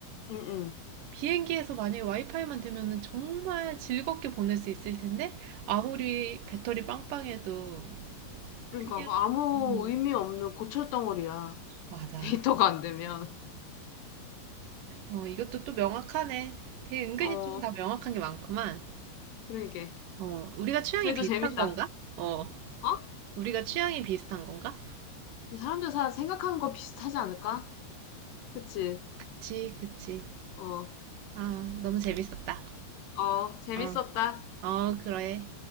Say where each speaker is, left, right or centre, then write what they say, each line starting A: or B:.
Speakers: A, on the left (about 70°); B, on the right (about 65°).
A: 응, 응.
B: 비행기에서 만약에 와이파이만 되면은 정말 즐겁게 보낼 수 있을 텐데, 아무리 배터리 빵빵해도,
A: 그러니까
B: 그냥,
A: 그 아무
B: 음,
A: 의미 없는 고철 덩어리야.
B: 맞아.
A: <laughs> 데이터가 안 되면.
B: 어, 이것도 또 명확하네. 되게 은근히
A: 어,
B: 좀 다 명확한 게 많구만.
A: 그러게.
B: 어, 우리가 취향이
A: 그래도
B: 비슷한
A: 재밌다.
B: 건가? 어.
A: 어?
B: 우리가 취향이 비슷한 건가?
A: 사람들 다 생각하는 거 비슷하지 않을까? 그치?
B: 그치, 그치.
A: 어,
B: 아, 너무 재밌었다.
A: 어, 재밌었다.
B: 어, 어, 그래.